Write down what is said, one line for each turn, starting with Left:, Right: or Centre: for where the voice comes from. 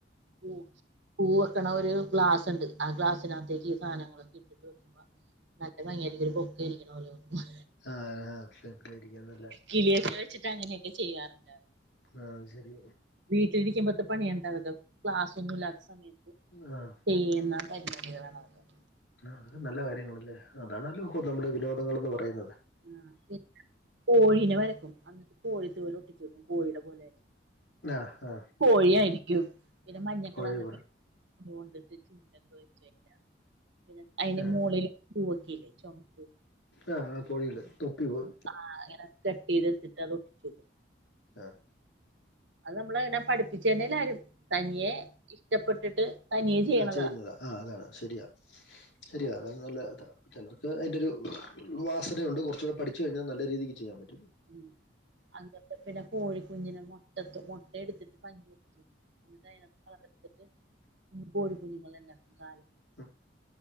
Right: പൂ പൂ വെക്കണ ഒരു ഗ്ലാസ്സ്ണ്ട്. ആ ഗ്ലാസ്സിനകത്തേക്ക് ഈ സാനങ്ങളൊക്കെട്ടിട്ട് വെക്കുമ്പോ നല്ല ഭംഗിയായ്രിക്കും ഒരു ബൊക്കെ ഇരിക്കണ പോലെതോന്നും
Left: ആ <unintelligible> നല്ല
Right: കിളിയൊക്കെ വെച്ചിട്ട് അങ്ങനെയൊക്കെ ചെയ്യാറ്ണ്ട്
Left: ഹാ ശരി
Right: വീട്ടിരിക്കുമ്പത്തെ പണിയണ്ടാതൊക്കെ ക്ലാസ്സോന്നു ല്ലാത്ത സമയത്ത്
Left: ആഹ്
Right: ചെയ്യുന്ന പരിപാടികളാണതൊക്കെ
Left: ആഹ് നല്ല കാര്യങ്ങളല്ലേ. അതാണല്ലോപ്പൊ നമ്മുടെ വിനോദങ്ങൾന്ന് പറയുന്നത്
Right: ആഹ് പിന്നെ കോഴീനെ വരക്കും അന്നിട്ട് കോഴി തൂവലൊട്ടിച്ചു വക്കും കോഴിയുടെ പോലെ
Left: ആ ആ
Right: കോഴിയായിരിക്കും പിന്നെ മഞ്ഞക്കളർലക്കെ
Left: കോഴി പോൽ
Right: ണ്ടിട്ട് ചുണ്ടൊക്കെ വെച്ച് വരാ പിന്നെ അയ്ന്
Left: ആ
Right: മോളില് പൂവൊക്കെയില്ലേ ചോംപ്പ്
Left: ആ ആ പൊഴയിൽ തൊപ്പി പോവും
Right: ആഹ് അങ്ങനെ കട്ടെയ്തെടുത്തിട്ട് അതൊട്ടിച്ചു വെക്കും
Left: ആഹ്
Right: അത് നമ്മളങ്ങനെ പഠിപ്പിച്ചു തര്നെല്ലാരും. തനിയെ ഇഷ്ടപ്പെട്ടിട്ട് തനിയെ ചെയ്യണതാ
Left: ആഹ് ചെയ്യുന്നതാ. ആഹ് അതാണ് ശരിയാ
Right: അങ്ങനെ
Left: ശരിയാ അതാണ് നല്ല ഇതാ ചെലർക്ക് അയ്ന്റെരു വാസനയുണ്ട്. കൊർച്ചൂടെ പഠിച്ചു കഴിഞ്ഞാ നല്ല രീതിക്ക് ചെയ്യാൻ പറ്റും
Right: ഉം അങ്ങൻത്തെ പിന്നെ കോഴി കുുഞ്ഞിനെ മൊട്ട തൊ മൊട്ട എടുത്തിട്ട് പഞ്യെട്ടിച് എന്നിട്ട് അയ്നകത്ത് കളർടുത്തിട്ട് കോഴി കുഞ്ഞുങ്ങളെണ്ടാക്കും കാലും
Left: ഹ